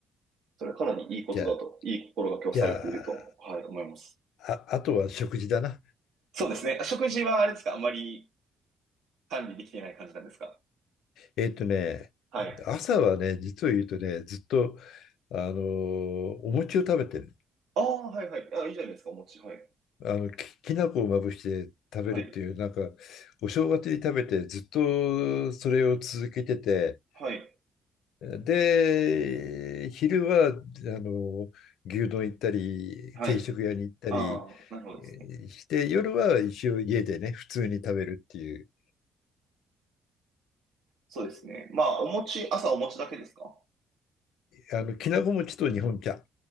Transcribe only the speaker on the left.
じゃあ、
じゃあ、
あ、あとは食事だな。
えっとね、
朝はね、実を言うとね、ずっと、あのお餅を食べてる。
あの、き、きな粉をまぶして食べるっていう、
なんか、お正月に食べて、ずっとそれを続けてて、
で、昼は、あの牛丼行ったり、
定食屋に行ったり、
えーして、夜は一応家でね、普通に食べるっていう、
あの、きなこ餅と日本茶。